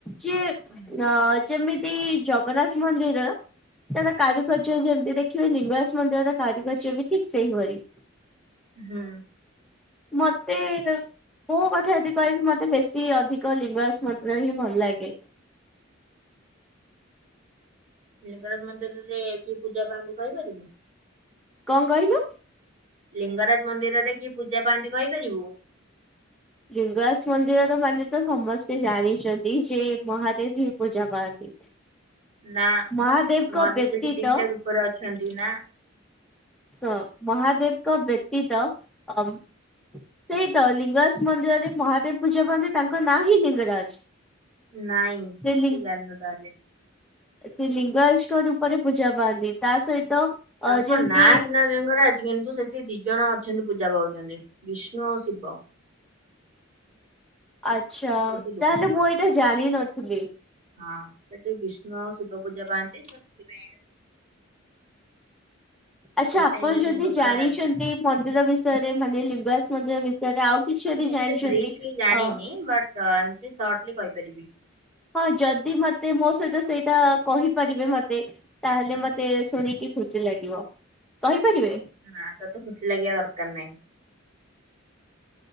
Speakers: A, in the centre; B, on the right.
A: ଯିଏ
B: ହୁଁ
A: ଅ ଯେମିତି ଜଗନ୍ନାଥ ମନ୍ଦିର ତାର କାରୁକାର୍ଯ୍ୟ ଯେମିତି ଦେଖିବେ ଲିଙ୍ଗରାଜ ମନ୍ଦିରର କାରୁକାର୍ଯ୍ୟ ବି ଠିକ୍ ସେଇଭଳି।
B: ହୁଁ।
A: ମୋତେ ମୋ କଥା ଯଦି କହିବି ମତେ ବେଶୀ ଅଧିକ ଲିଙ୍ଗରାଜ ମନ୍ଦିର ହିଁ ଭଲ ଲାଗେ।
B: ଲିଙ୍ଗରାଜ ମନ୍ଦିରରେ କିଏ ପୂଜା ପାଆନ୍ତି କହିପାରିବୁ?
A: କଣ କହିଲୁ?
B: ଲିଙ୍ଗରାଜ ମନ୍ଦିରରେ କି ପୂଜା ପାଆନ୍ତି କହିପାରିବୁ?
A: ଲିଙ୍ଗରାଜ ମନ୍ଦିର ମାନେ ତ ସମସ୍ତେ ଜାଣିଛନ୍ତି ଯେ ମହାଦେବ ହିଁ ପୂଜା ପାଆନ୍ତି।
B: ନା
A: ମହାଦେବଙ୍କ
B: ମନ୍ଦିରରେ
A: ବ୍ୟତୀତ
B: ସେଠି ଦିଟା ରୂପରେ ଅଛନ୍ତି ନା?
A: ହଁ ମହାଦେବଙ୍କ ବ୍ୟତୀତ ଅ ସେଇ ତ ଲିଙ୍ଗରାଜ ମନ୍ଦିରରେ ମହାଦେବ ପୂଜା ପାଆନ୍ତି ତାଙ୍କ ନାଁ ହିଁ ଲିଙ୍ଗରାଜ।
B: ନାଇଁ ତୁ
A: ସେ ଲି
B: ଜାଣିନୁ ତାହେଲେ।
A: ସେ ଲିଙ୍ଗରାଜଙ୍କ ରୂପରେ ପୂଜା ପାଆନ୍ତି ତା ସହିତ
B: ତାଙ୍କ
A: ଅ ଯେମିତି
B: ନାଁ ସିନା ଲିଙ୍ଗରାଜ କିନ୍ତୁ ସେଠି ଦି ଜଣ ଅଛନ୍ତି ପୂଜା ପାଉଛନ୍ତି ବିଷ୍ଣୁ ଆଉ ଶିବ।
A: ଆଚ୍ଛା
B: ବୁଝିଲୁ।
A: ତାହେଲେ ମୁଁ ଏଇଟା ଜାଣିନଥିଲି।
B: ହଁ ସେଠିକି ବିଷ୍ଣୁ ଆଉ ଶିବ ପୂଜା ପାଆନ୍ତି ସେଥିପାଇଁ।
A: ଆଚ୍ଛା
B: ସେଥିପାଇଁ
A: ଆପଣ
B: ଏଇ ଲିଙ୍ଗଙ୍କର
A: ଯଦି ଜାଣିଛନ୍ତି
B: ରାଜା
A: ମନ୍ଦିର ବିଷୟରେ ମାନେ ଲିଙ୍ଗରାଜ ମନ୍ଦିର ବିଷୟରେ ଆଉ କିଛି ଯଦି
B: ମୁଁ ଏତେ
A: ଜାଣିଛନ୍ତି
B: ବ୍ରିଫଲି ଜାଣିନି
A: ଅ
B: ବଟ୍ ଏମତି ସର୍ଟରେ କହିପାରିବି।
A: ହଁ ଯଦି ମତେ ମୋ ସହିତ ସେଇଟା କହିପାରିବେ ମତେ। ତାହେଲେ ମତେ ଶୁଣିକି ଖୁସି ଲାଗିବ କହିପାରିବେ।
B: ହଁ ତ ଖୁସି ଲାଗି ଦରକାର ନାହିଁ।